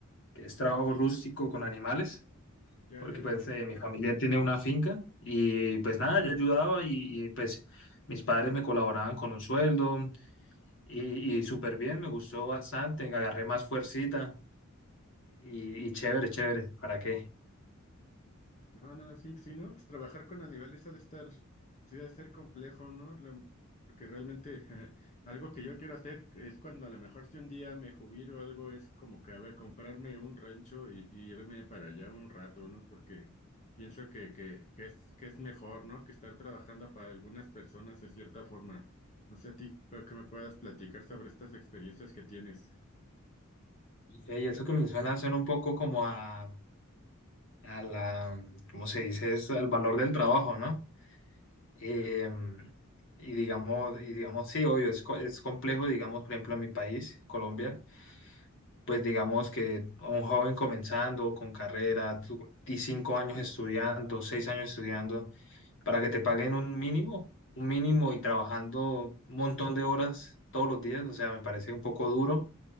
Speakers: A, on the left; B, on the left.
A: que es trabajo
B: Sí,
A: rústico con animales,
B: ya,
A: porque
B: ya
A: pues
B: veo.
A: eh, mi familia tiene una finca y pues nada, yo ayudaba y, y, pues mis padres me colaboraban con un sueldo y, y súper bien, me gustó bastante, agarré más fuercita y, y chévere, chévere, ¿para qué?
B: No, no, no, sí, sí, ¿no? Pues trabajar con animales ha de estar, sí, ha de ser complejo, ¿no? Lo- porque realmente <laughs> algo que yo quiero hacer es cuando a lo mejor si un día me jubilo o algo, es como que, a ver, comprarme un rancho y, y irme para allá un rato, ¿no? Porque pienso que, que, que es, que es mejor, ¿no? Que estar trabajando para algunas personas de cierta forma. No sé a ti, creo que me puedas platicar sobre estas experiencias que tienes.
A: Y hey, eso que me suena, suena un poco como a, a la, ¿cómo se dice? Es al valor del trabajo, ¿no? Eh, y digamos, y digamos, sí, obvio, es, co- es complejo, digamos, por ejemplo, en mi país, Colombia, pues digamos que un joven comenzando con carrera, tú- ti- cinco años estudiando, seis años estudiando, para que te paguen un mínimo, un mínimo y trabajando un montón de horas todos los días, o sea, me parece un poco duro